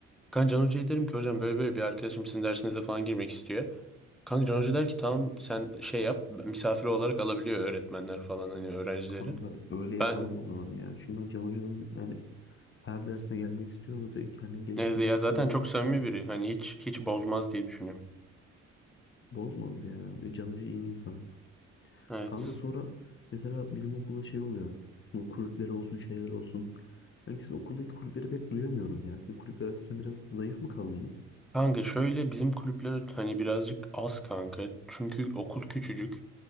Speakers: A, in the centre; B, on the left.
A: Kanka Can Hoca'ya derim ki hocam böyle böyle bir arkadaşım sizin dersinize falan girmek istiyor. Kanka Can Hoca der ki tamam sen şey yap misafir olarak alabiliyor öğretmenler falan hani öğrencileri.
B: Kanka öyle yapalım
A: Ben
B: o zaman ya. Çünkü ben Can Hoca'nın yani her dersine gelmek istiyorum. Özellikle kendimi geliştirme
A: Neyse ya
B: açısından
A: zaten çok samimi biri. Hani hiç hiç bozmaz diye düşünüyorum.
B: bozmaz ya. Can Hoca iyi bir insan.
A: Evet.
B: Kanka sonra mesela bizim okulda şey oluyor. Bu kulüpleri olsun şeyler olsun. Ben sizin okuldaki kulüpleri pek duyamıyorum ya. Sizin kulüpler açısından biraz zayıf mı kaldınız?
A: Kanka şöyle bizim kulüpler hani birazcık az kanka. Çünkü okul küçücük.